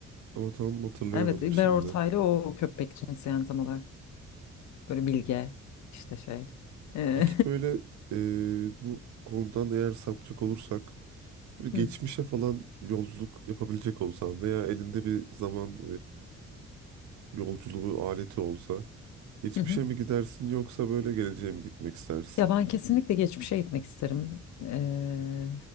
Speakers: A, on the right; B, on the left.
A: Ama tam hatırlayamadım
B: Evet İlber
A: şimdi.
B: Ortaylı o köpek cinsi yani tam olarak. Böyle bilge işte şey. E,
A: Peki böyle e, bu konudan eğer sapacak olursak böyle geçmişe
B: <laughs>
A: falan yolculuk yapabilecek olsan veya elinde bir zaman e, yolculuğu aleti olsa geçmişe
B: Hı hı.
A: mi gidersin yoksa böyle geleceğe mi gitmek istersin?
B: Ya ben kesinlikle geçmişe gitmek isterim. Eee,